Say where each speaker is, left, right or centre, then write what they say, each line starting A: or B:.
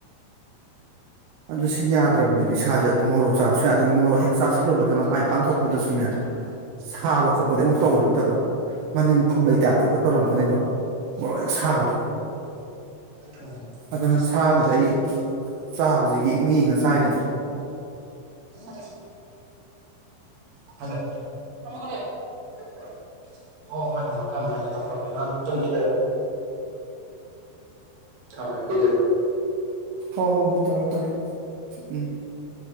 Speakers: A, on the right; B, on the right.
A: ꯑꯗꯨ ꯁꯤ ꯌꯥꯗ꯭ꯔꯕꯅꯦꯕ ꯏꯁꯥꯁꯦ ꯑꯗꯨ ꯃꯣꯔꯣꯛ ꯆꯥꯕꯁꯨ ꯌꯥꯗ꯭ꯔꯕꯅꯦ ꯃꯣꯔꯣꯛ ꯍꯦꯛ ꯆꯥ ꯆꯠꯂꯨꯕꯗ ꯃꯄꯥꯟ ꯏꯄꯥꯟ ꯊꯣꯛꯄꯗꯁꯨꯅꯦ ꯁꯥꯕ
B: ꯎꯝ
A: ꯈꯣꯠꯄꯗꯤ ꯑꯃꯨꯛ ꯇꯧꯕ ꯅꯠꯇꯕ ꯃꯅꯤꯡ ꯐꯝꯕꯩ ꯇꯥꯏꯞꯇ ꯏꯄꯠ- ꯇꯧꯔꯝꯒꯅꯦꯕ
B: ꯎꯝ
A: ꯃꯣꯔꯣꯛ ꯍꯦꯛ ꯁꯥꯕꯗꯣ
B: ꯎꯝ
A: ꯑꯗꯨꯅ ꯁꯥꯗꯨꯗꯩ ꯑꯩ ꯆꯥꯕꯁꯦ ꯌꯦꯛꯉ ꯌꯦꯡꯉ ꯆꯥꯏꯅꯦꯕ
B: <unintelligible> <unintelligible> ꯍꯣ ꯍꯣꯏ ꯊꯃꯣꯏ ꯊꯝꯃꯣꯏ ꯑꯩ ꯍꯦ ꯑꯉꯥꯡ ꯆꯪꯖꯜꯂꯦ ꯃꯨꯛ ꯊꯃꯦꯀꯣ ꯗꯨꯗꯤ
A: ꯍꯣ ꯍꯣ ꯍꯣ ꯇꯧꯔꯣ ꯇꯧꯔꯣ ꯎꯝ